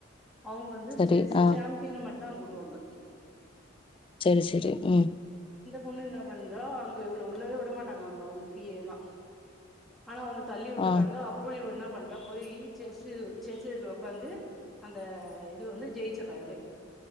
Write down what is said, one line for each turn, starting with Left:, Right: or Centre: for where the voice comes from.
Centre: அவுங்க வந்து
Left: சரி
Centre: செஸ்
Left: ஆ
Centre: சாம்பியன் மட் தான் கூடுவாங்க
Left: சரி சரி உம்
Centre: பொண்ணு என்ன பண்றோ அங்க இவள உள்ளவே விடமாட்டாங்க அங்க அவுங்க பி ஏ லா ஆனா அவங்க தள்ளி விட்டுறாங்க
Left: ஆ
Centre: அப்றோ இவ எனப் பண்ற போய் செஸ்சு செஸ் சீட்ல உக்காந்து அந்த இது வந்து ஜெயிச்சிடுறா இவளே